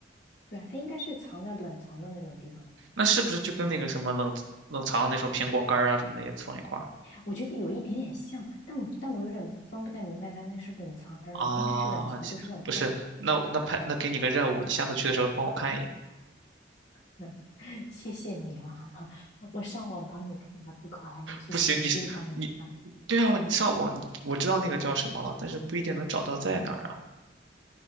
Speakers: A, on the left; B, on the right.
A: 对啊，它应该是藏在冷藏的那种地方吧？
B: 那是不是就跟那个什么冷冷藏那种苹果干儿啊什么的也放一块儿
A: 我觉得有一点点像，但我但我有点分不太明白它那是冷藏还是冷，
B: 啊？
A: 应该是冷藏，
B: 行不是，
A: 不是冷冻。
B: 那我那派那给你个任务，你下次去的时候帮我看一眼。
A: 嗯，谢谢你啊，<laughs> 我上网帮你看还不够，还要去实地帮你看。
B: 不行，你是你对啊，你上网你我知道那个叫什么了，但是不一定能找到在哪儿啊。